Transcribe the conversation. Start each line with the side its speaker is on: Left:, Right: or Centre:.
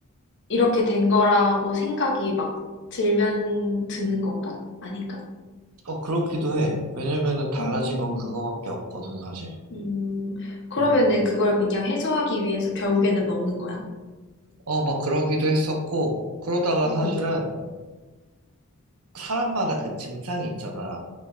Left: 이렇게 된 거라고 생각이 막 들면 드는 건가? 아닌가?
Right: 어, 그렇기도 해. 왜냐면은 달라진
Left: 음,
Right: 건 그거밖에 없거든, 사실.
Left: 음, 그러면은
Right: 응.
Left: 그걸 그냥 해소하기 위해서 결국에는 먹는 거야?
Right: 어, 막 그러기도 했었고, 그러다가
Left: 응,
Right: 사실은
Left: 응,
Right: 사람마다 그 증상이 있잖아.